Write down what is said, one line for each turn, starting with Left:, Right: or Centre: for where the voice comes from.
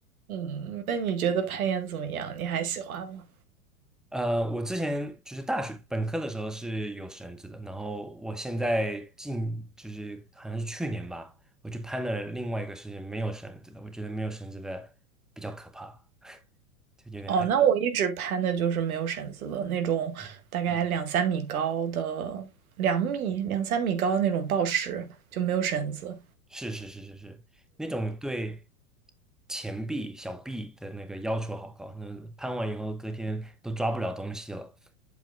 Right: 嗯，那你觉得攀岩怎么样？你还喜欢吗？
Centre: 呃，我之前就是大学本科的时候是有绳子的，然后我现在近就是好像是去年吧，我去攀了另外一个是没有绳子的，我觉得没有绳子的比较可怕，就有点害
Right: 哦，那我一直攀的就是没有绳子的那种，
Centre: 怕。
Right: 大概两三米高的，两米两三米高的那种抱石，就没有绳子，
Centre: 是是是是是，那种对前臂、小臂的那个要求好高，那攀完以后隔天都抓不了东西了，